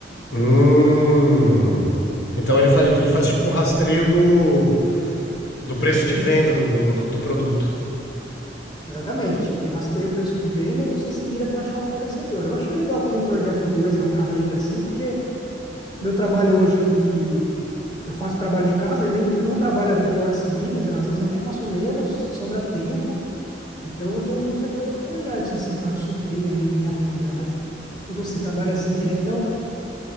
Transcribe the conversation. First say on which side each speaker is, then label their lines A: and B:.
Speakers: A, on the left; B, on the left.
A: Hum. Então ele faz, ele faz tipo um rastreio do, do preço de venda do, do, do- do produto.
B: Exatamente. Ele rasteia o preço de venda e você se vira para achar um fornecedor. Eu achei legal como projeto 2 na carreira, assim, porque meu trabalho hoje me. Eu faço trabalho de casa, eu, nem, eu não trabalho às 8 horas seguidas, às vezes eu até faço menos, sobra tempo. Então, eu estou em busca de outros projetos, assim, para suprir aí a minha renda, né? E você trabalha assim diretão?